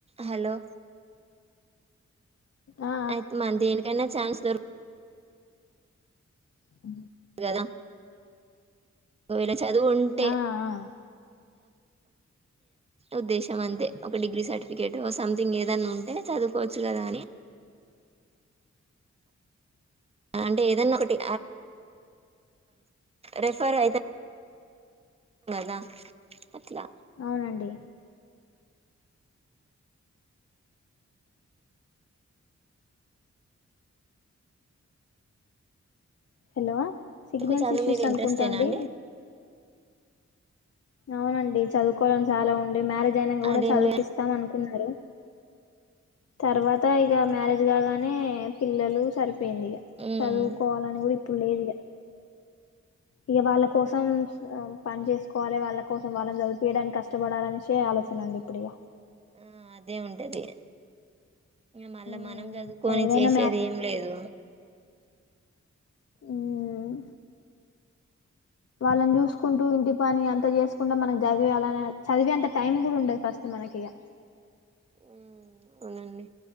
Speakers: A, on the right (about 20°); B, on the left (about 55°).
A: హలో
B: ఆ ఆ
A: అయితే మ దేనికైన్నా ఛాన్స్ దొరకు
B: ఉ
A: ద ఒకవేళ చదువు ఉంటే
B: ఆ ఆ
A: ఉద్దేశం అంతే ఒక డిగ్రీ సర్టిఫికేట్ సంథింగ్ ఏదన్నా ఉంటే చదువుకోవచ్చు కదా అని అంటే ఏదన్నా ఒకటి రెఫర్ అయిత దా అట్లా
B: అవునండి హలో సిగ్నల్స్
A: మీకు చదువు
B: ఇష్యూస్
A: మీద
B: అనుకుంటాండి
A: ఇంట్రెస్టేనా అండి
B: అవునండి చదువుకోవడం చాలా ఉం మ్యారేజ్ అయినా కూడా
A: అదేం
B: చదివిపిస్తాం
A: లే
B: అనుకున్నారు తర్వాత ఇగ మ్యారేజ్ కాగానే పిల్లలు సరిపో యింది ఇగా
A: ఉమ్
B: చదువుకోవాలని కూడా ఇప్పుడు లేదు. ఇగా ఇక వాళ్ళ కోసం పని చేసుకోవాలి. వాళ్ళ కోసం వాళ్ళని చదిపియడానికి కష్టపడాలనిసే ఆలోచన అండి ఇప్పుడు ఇగా
A: ఆ అదే ఉంటది. మళ్ళా
B: మ్మ్
A: మనం చదువుకొని
B: ఏదైనా
A: చేసేది ఏం లేదు.
B: ఉమ్ వాళ్ళని చూసుకుంటూ ఇంటి పని అంత చేసుకుంటూ మనం చదివి అలానే చదివేంత టైం కూడా ఉండదు. ఫస్ట్ మనకి ఇక
A: ఉ అవునండి